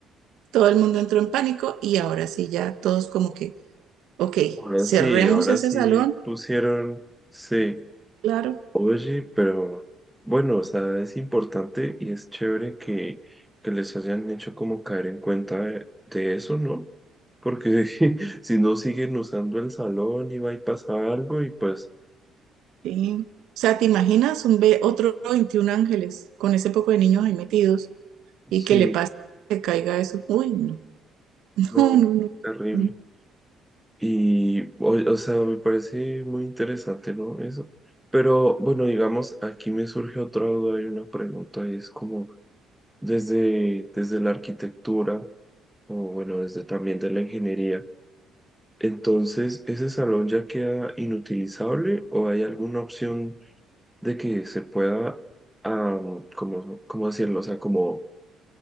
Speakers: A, on the right; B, in the centre.
A: todo el mundo entró en pánico y ahora sí ya todos como que, ok,
B: Ahora
A: cerremos
B: sí, ahora
A: ese
B: sí
A: salón,
B: pusieron, sí,
A: claro.
B: oye, pero bueno, o sea, es importante y es chévere que, que les hayan hecho como caer en cuenta de, de eso, ¿no? Porque <laughs> si no siguen usando el salón y va y pasa algo y pues
A: sí. O sea, ¿te imaginas un ve otro 21 ángeles con ese poco de niños ahí metidos y
B: sí,
A: que le pase, que caiga eso? Uy, no, <laughs>
B: no,
A: no, no,
B: no, terrible.
A: no.
B: Y, o, o sea, me parece muy interesante, ¿no? Eso. Pero bueno, digamos, aquí me surge otra duda y una pregunta, y es como... desde, desde la arquitectura o bueno, desde también de la ingeniería. Entonces, ¿ese salón ya queda inutilizable o hay alguna opción de que se pueda, como ¿cómo, cómo decirlo? O sea, como